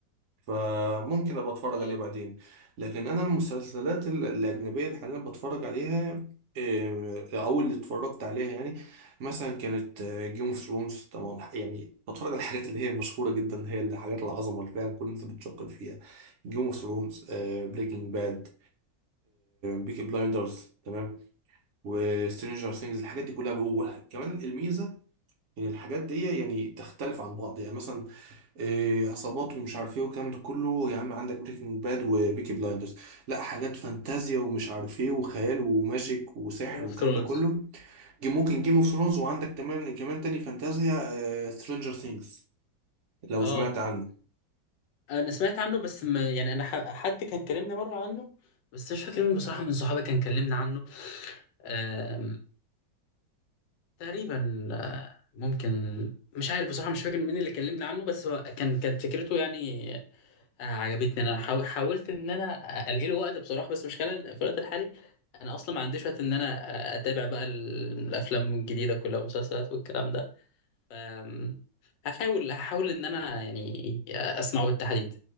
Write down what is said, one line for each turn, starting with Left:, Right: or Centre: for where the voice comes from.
Right: فممكن ابقى اتفرج
Left: <laughs> اه
Right: عليه بعدين لكن انا المسلسلات ال- الاجنبيه اللي حاليا بتفرج عليها إيه، او اللي اتفرجت عليها يعني مثلا كانت جيم اوف ثرونز طبعا يعني بتفرج على الحاجات اللي هي مشهوره جدا اللي هي الحاجات العظمه اللي فعلا كل الناس بتشكر فيها جيم اوف ثرونز بريكنج باد بيكي بلايندرز تمام وسترينجر ثينجز الحاجات دي كلها بقول كمان الميزه ان الحاجات دي يعني تختلف عن بعض يعني مثلا إيه، عصابات ومش عارف ايه والكلام ده كله يا عم عندك بريكنج باد وبيكي بلايندرز لا حاجات فانتازيا ومش عارف ايه وخيال وماجيك وسحر
Left: جيم اوف
Right: والكلام
Left: ثرونز
Right: ده كله جي- ممكن جيم اوف ثرونز وعندك كمان كمان تاني فانتازيا سترينجر ثينجز لو
Left: اه
Right: سمعت عنه
Left: انا سمعت عنه بس ما يعني انا ح- حد كان كلمني مره عنه بس مش فاكر مين بصراحه من صحابي كان كلمني عنه آم، تقريبا آه، ممكن مش عارف بصراحه مش فاكر مين اللي كلمني عنه بس هو كان كانت فكرته يعني آه، عجبتني انا حاو- حاولت ان انا الاقي له وقت بصراحه بس مش في الوقت الحالي انا اصلا ما عنديش وقت ان انا آه، اتابع بقى ال- الافلام الجديده كلها والمسلسلات والكلام ده آم، هحاول هحاول ان انا يعني آه، اسمعه بالتحديد